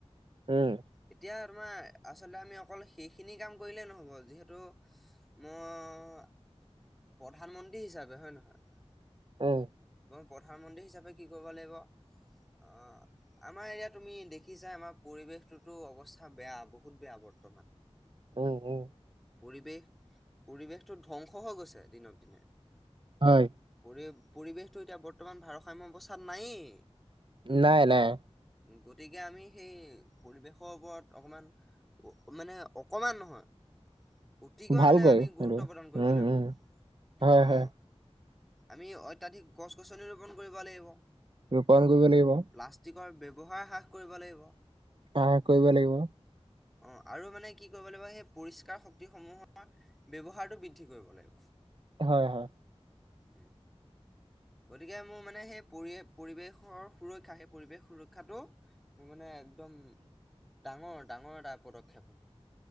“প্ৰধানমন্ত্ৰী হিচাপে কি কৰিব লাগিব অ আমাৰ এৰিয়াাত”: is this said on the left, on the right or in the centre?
Centre